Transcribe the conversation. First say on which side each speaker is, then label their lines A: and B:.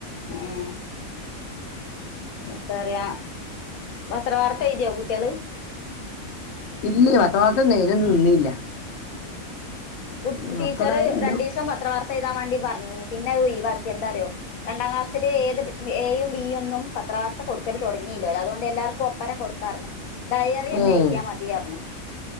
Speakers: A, on the left (about 80°); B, on the left (about 60°).
A: ഉം എന്താ പറയ്ക പത്ര വാർത്ത എഴുതിയോ കുട്ടികള്
B: ഇല്ല പത്ര വാർത്ത ഒണ്ട് അയ്നൊന്നും നിന്നില്ല
A: ഉം
B: നോക്കടെ
A: ടീച്ചറ്
B: എന്റെ
A: രണ്ടു ദിവസം പത്ര വർത്ത എഴുതാൻ വേണ്ടി പറഞ്ഞീ പിന്നെ അത് ലീവാക്കി എന്താ റിയോ രണ്ടാം ക്ലാസ്സില് ഏത് എയും ബിയൊന്നും പത്രവാർത്ത കൊടുക്കല് തൊടങ്ങി ഇല്ല രതുകൊണ്ട് എല്ലാർക്കും ഒപ്പരം കൊടുക്കാർഞ്ഞ് ഡയറി
B: ഏ
A: ന്നെ എയ്തിയാ മതി അർഞ്ഞ്